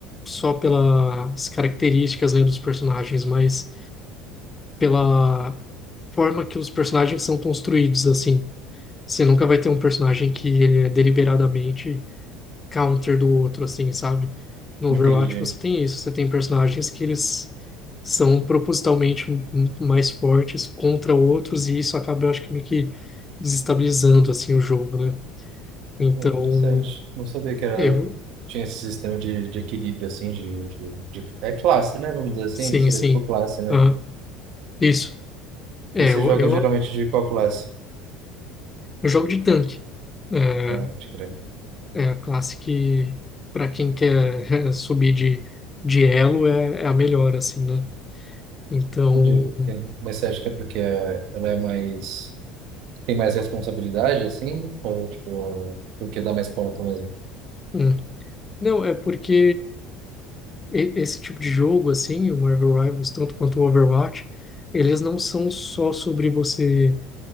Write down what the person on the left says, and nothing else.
só pelas características, né, dos personagens, mas pela forma que os personagens são construídos, assim. Você nunca vai ter um personagem que ele é deliberadamente counter do outro, assim, sabe? No
Overwatch você tem isso, você tem personagens que eles são propositalmente m- m- mais fortes contra outros, e isso acaba, eu acho que meio que desestabilizando, assim, o jogo, né? Então,
eu,
sim,
sim,
Aham. isso. É,
eu,
eu,
eu jogo de tanque. É,
é a classe que, para quem quer <laughs> subir de, de elo, é, é a melhor, assim, né? Então,
hum. não, é porque e- esse tipo de jogo, assim, o Marvel Rivals, tanto quanto o Overwatch, eles não são só sobre você